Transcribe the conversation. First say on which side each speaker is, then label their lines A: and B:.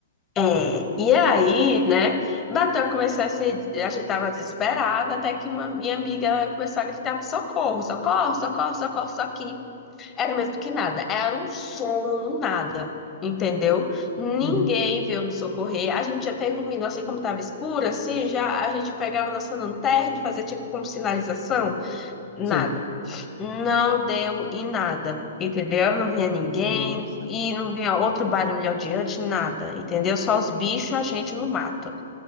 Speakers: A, on the left; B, on the left.
A: É, e aí, né, bateu a começar a se, a gente tava desesperada, até que uma minha amiga ela começou a gritar, socorro, socorro, socorro, socorro, só que era o mesmo que nada, era um som no nada, entendeu? Ninguém
B: Uhum,
A: veio nos socorrer, a gente até iluminou, assim como tava escuro, assim, já a gente pegava nossa lanterna e fazia tipo como sinalização, nada.
B: sei.
A: Não deu em nada, entendeu? Não vinha ninguém
B: Nossa.
A: e não vinha outro barulho adiante, nada, entendeu? Só os bichos, a gente no mato.